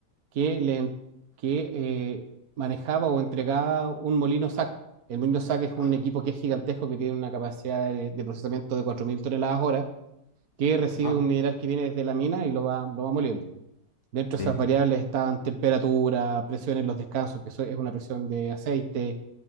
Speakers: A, on the right; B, on the left.
A: que, le, en- que eh, manejaba o entregaba un molino SAC. El molino SAC es
B: ajá,
A: un equipo que es gigantesco, que tiene una capacidad de, de procesamiento de 4.000 toneladas hora, que recibe
B: ajá,
A: un mineral que viene desde la mina y lo va, lo va moliendo. Dentro de
B: sí,
A: esas variables estaban temperatura, presión en los descansos, que eso es una presión de aceite,